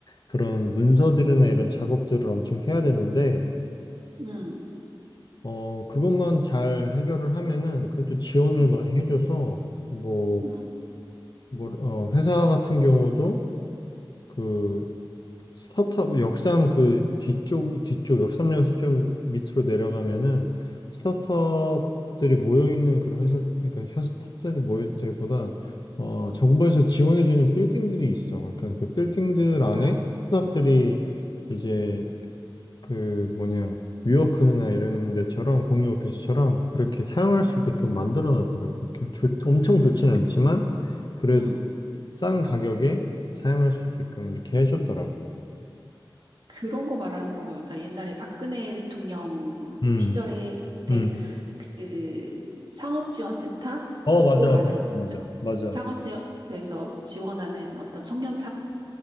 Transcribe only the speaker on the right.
음,
음,
음.
아,
음.
그런 거 말하는 거같다 옛날에 박근혜 대통령
시절에 그때
그 창업지원센터
이거를
만들었습니다.
창업지원센터에서
지원하는 어떤 청년